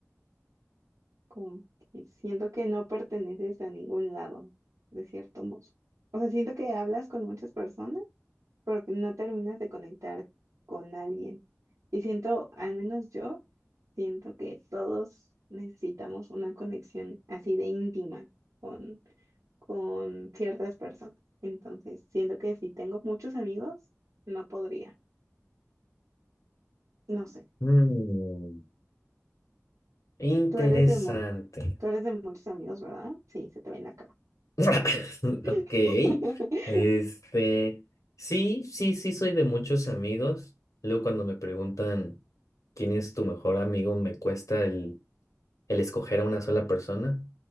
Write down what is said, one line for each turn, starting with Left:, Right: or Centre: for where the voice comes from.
Right: Como que siento que no perteneces a ningún lado, de cierto modo. O sea, siento que hablas con muchas personas, pero que no terminas de conectar con alguien. Y siento, al menos yo, siento que todos necesitamos una conexión así de íntima con, con ciertas personas. Entonces, siento que si tengo muchos amigos, no podría. No sé.
Left: Mm. Interesante.
Right: Tú eres de, mu- tú eres de muchos amigos, ¿verdad? Sí, se te ve en la cara.
Left: <laughs>
Right: <laughs>
Left: Ok. Este, sí, sí, sí, soy de muchos amigos. Luego cuando me preguntan quién es tu mejor amigo, me cuesta el, el escoger a una sola persona,